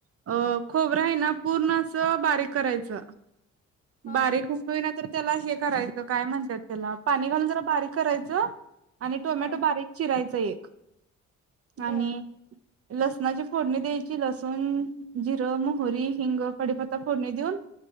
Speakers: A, on the right (about 50°); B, on the left (about 30°).
A: अ खोबरं आहे ना पूर्ण असं बारीक करायचं.
B: हा
A: बारीक उसवि ना तर त्याला हे करायचं काय म्हणतयात त्याला पाणी घालून जरा बारीक करायचं. आणि टोमॅटो
B: हा
A: बारीक चिरायचा एक आणि
B: बर
A: लसणाची फोडणी द्यायची लसूण जिरं मोह री हिंग कपत्ता फोडणी दीऊन